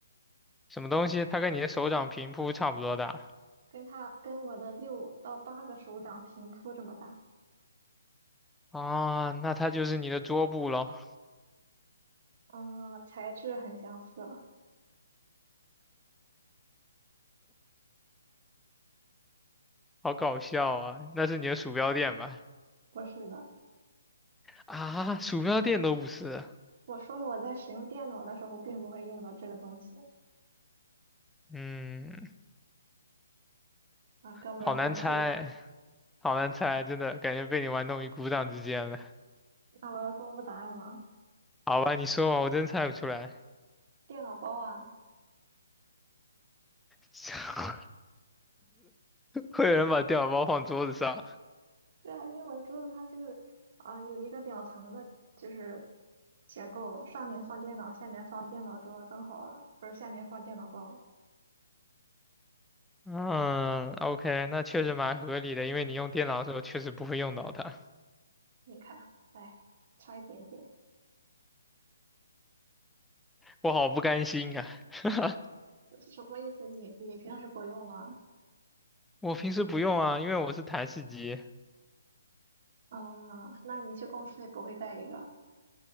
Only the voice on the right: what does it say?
跟它跟我的六到八个手掌平铺这么大。
嗯，材质很相似了。
不是的，
我说了我在使用电脑的时候并不会用到这个东西
啊，哥们儿要崩溃了。
那我要公布答案吗？
电脑包啊，
对啊，因为我的桌子它就是啊、有一个两层的，就是结构，上面放电脑，下面放电脑桌，刚好不是下面放电脑包。
你看，哎，差一点点，
什么意思？你你平时不用吗？
啊，那你去公司也不会带一个